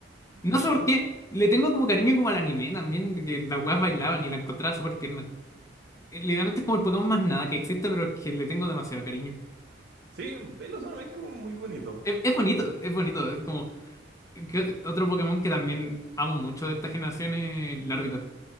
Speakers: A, on the left; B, on the right.
A: No
B: ¿Velozón?
A: sé por qué, le tengo como cariño como al anime también, que las weas bailaban y la encontraba súper tierna. Literalmente es como el Pokémon más nada que existe, pero es que le tengo demasiado cariño.
B: Sí, Velozón es como muy bonito.
A: Es, es bonito, es bonito. Es como que- otro Pokémon que también amo mucho de esta generación es el Larvitar.